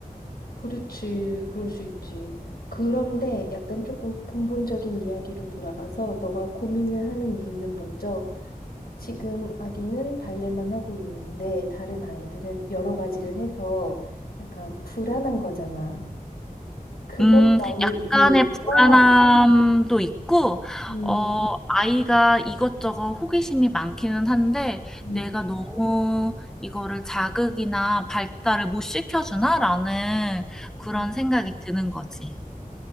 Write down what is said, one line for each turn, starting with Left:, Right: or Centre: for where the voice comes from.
Left: 그렇지. 그럴 수 있지. 그런데 약간 조금 근본적인 이야기로 돌아가서 너가 고민을 하는 이유는 먼저 지금 아기는 발레만 하고 있는데 다른 아이들은 여러 가지를 해서 약간 불안한 거잖아. 그것만이
Centre: 음, 약간의
Left: 이유일까?
Centre: 불안함도 있고,
Left: 음,
Centre: 어, 아이가 이것저것 호기심이 많기는 한데,
Left: 음,
Centre: 내가 너무 이거를 자극이나 발달을 못 시켜주나라는 그런
Left: 음.
Centre: 생각이 드는 거지.